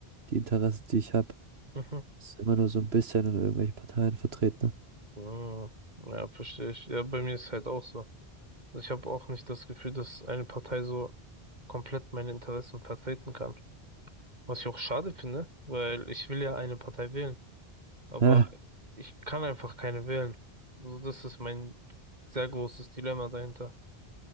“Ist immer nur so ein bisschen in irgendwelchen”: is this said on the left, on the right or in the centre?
Right